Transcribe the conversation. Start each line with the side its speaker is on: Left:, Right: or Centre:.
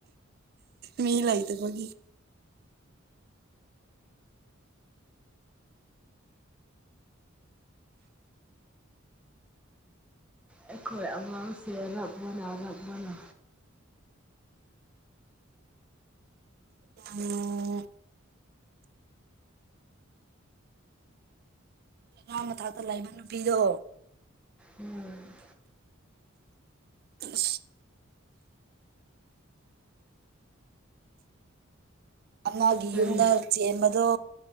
Right: ꯃꯤ ꯂꯥꯏꯗ ꯐꯒꯤ
Centre: ꯑꯩꯈꯣꯏ ꯑꯉꯥꯡꯁꯦ ꯔꯞꯕꯅ ꯔꯞꯕꯅ
Right: ꯎꯝ ꯑꯉꯥꯡ ꯃ ꯊꯥꯛꯇ ꯂꯩꯕ ꯅꯨꯄꯤꯗꯣ
Centre: ꯎꯝ
Right: ꯑ ꯑꯃꯒꯤ
Centre: ꯀꯔꯤ
Right: ꯌꯨꯝꯗ ꯆꯦꯟꯕꯗꯣ